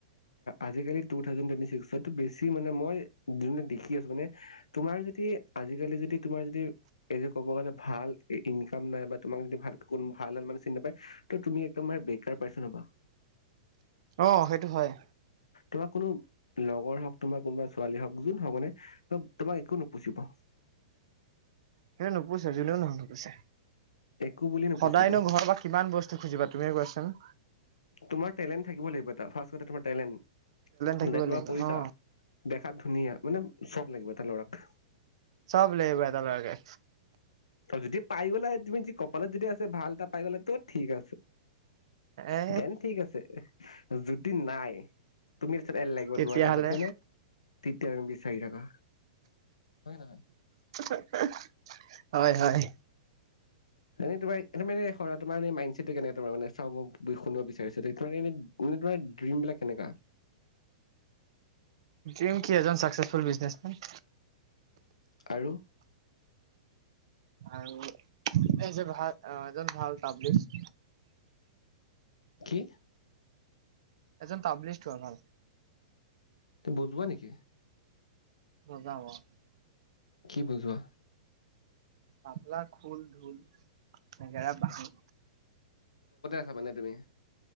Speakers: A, on the left (about 75°); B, on the right (about 60°).
A: আজিকালি টুথাউজেন টুৱেটণ্টি। <unintelligible> চি মানে মই দুদিনত দেখি। কি আছো মানে তোমাৰ যদি। আজিকালি যদি তোমাৰ যদি এই যে ক'ব গ'লে। ভাল ইনকাম নাই বা তোমাক যদি ভাল কোনো ভাল হাল মানে চিনি নেপায় তুমি একদম মানে বে কাৰ পাৰ্চন হবা।
B: অহ ', সেইটো হয়।
A: তোমাৰ কোনো লগৰ হওক তোমাৰ কোনোবা ছোৱালী হওক যোনে হওক মানে তোমাক একো নুপুচিব।
B: সেইটো নুপুছে যোনেও নহয় নুপুছে।
A: একো বুলি নুপুচিব
B: সদায়নো ঘৰৰ পৰা কিমান বস্তু খুজিবা। তুমিয়ে কোৱা চোন।
A: তোমাৰ টেলেণ্ট <unintelligible> তোমাৰ টেলেণ্ট।
B: থাকিব
A: তোমাৰ
B: লাগিব
A: পইচা
B: অ
A: তাত ধুনীয়া মানে চব লাগিব এটা ল'ৰাক।
B: চব লাগিব এটা ল'ৰাকে।
A: অহ ', যদি পাই গলে তুমি যদি কপালত যদি আছে ভাল এটা পাই গলা তো ঠিক আছে।
B: এ
A: দেন ঠিক আছে। যদি নাই তুমি। এল লাগিব
B: তেতিয়াহ'লে
A: তোমাৰ লাইফত যেনে তেতিয়া তুমি বিচাৰি থাকা। হয় নহয়।
B: <unintelligible> হয় - হয়।
A: এনে তোমাৰ এনে মানে তোমাৰ মাইণ্ড ছেটটো কেনে তাৰ মানে চাব শুনিব বিচাৰিছো তোমাৰ মানে তোমাৰ ড্ৰীমবিলাক কেনেকা।
B: ড্ৰীম। কি এজন চাকসেছফুল বিজনেচমেন।
A: আৰু
B: আৰু এই যে, ভা-এজন ভাল তাবলিচ <inaudible>
A: কি?
B: এজন তাবলিষ্ট হোৱা ভাল।
A: বজোৱা নেকি?
B: বজাওঁ‌‌ অ'।
A: কি বজোৱা?
B: তাবলা, খোল, ঢোল, নেগেৰা, বাঁহী।
A: তাৰমানে তুমি